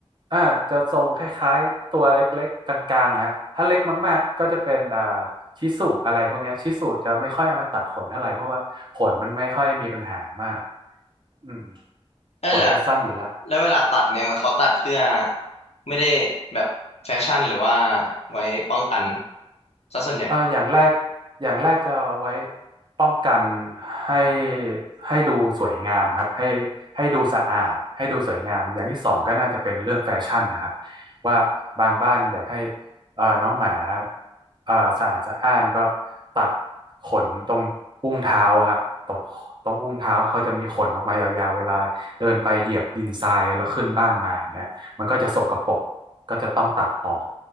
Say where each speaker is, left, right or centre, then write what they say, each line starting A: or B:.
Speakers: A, on the right (about 45°); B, on the left (about 70°).
A: อ่าจะทรงคล้ายๆตัวเล็กๆกลางๆฮะถ้าเล็กมากๆก็จะเป็นอ่าชิสุอะไรพวกเนี้ยชิสุจะไม่ค่อยเอามาตัดขนเท่าไหร่เพราะว่าขนมันไม่ค่อยมีปัญหามากอืม
B: เอ้ยและ
A: ขนจะสั้นอยู่ละ
B: แล้วเวลาตัดเนี่ยมันเขาตัดเพื่อไม่ได้แบบแฟชั่นหรือว่าไว้ป้องกันซะส่วนใหญ่
A: เอออย่างแรกอย่างแรกจะเอาไว้ป้องกันให้ให้ดูสวยงามครับให้ให้ดูสะอาดให้ดูสวยงามอย่างที่สองก็น่าจะเป็นเรื่องแฟชั่นนะครับว่าบางบ้านอยากให้เอ่อน้องหมาเอ่อสะอาดสะอ้านก็ตัดขนตรงอุ้งเท้าครับตรงตรงอุ้งเท้าเขาจะมีขนออกมายาวๆเวลาเดินไปเหยียบดินทรายแล้วขึ้นบ้านมาอย่างเงี้ยมันก็จะสกปรกก็จะต้องตัดออก